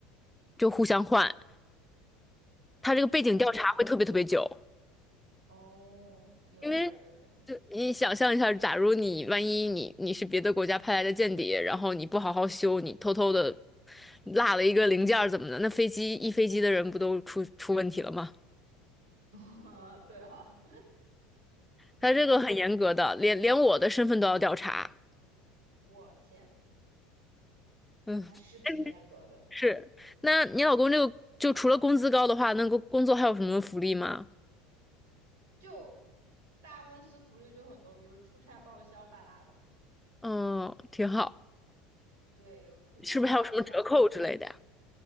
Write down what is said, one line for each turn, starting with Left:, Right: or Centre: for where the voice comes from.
Centre: 就互相换，他这个背景调查会特别特别久。
Right: 哦哦，有点儿，
Centre: 因为
Right: 有点
Centre: 就你想象一下，假如你万一你你是别的国家派来的间谍，然后你不好好修，你偷偷的落了一个零件儿怎么的？那飞机一飞机的人不都出出问题了吗？
Right: 儿，<laughs> 对哈对，
Centre: 他这个很严格的，连连我的身份都要调查。
Right: 我天呐，
Centre: 嗯，
Right: 那是挺严格的。
Centre: <laughs> 是。那你老公这个就除了工资高的话，那个工作还有什么福利吗？
Right: 就大公司福利就很多，比如出差报销巴拉的，
Centre: 嗯，挺好。
Right: 对，有出差报销，
Centre: 是不是还有什么折扣之类的呀？